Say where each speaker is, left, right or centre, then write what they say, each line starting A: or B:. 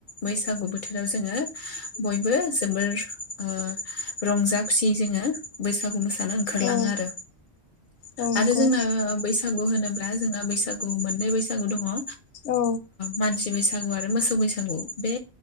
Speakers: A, on the left (about 60°); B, on the left (about 85°).
A: बैसागु बोथोराव जों जोङो बयबो जोबोर ओ रंजा खुसि जोङो बैसागु मोसानो ओंखारलाङो
B: औ
A: आरो
B: औ नंगौ
A: आरो जोंना बैसागु होनोब्ला दा जोंना बैसागु मोननै बैसागु दङ ओ
B: औ
A: मानसि बैसागु आरो मोसौ बैसागु बे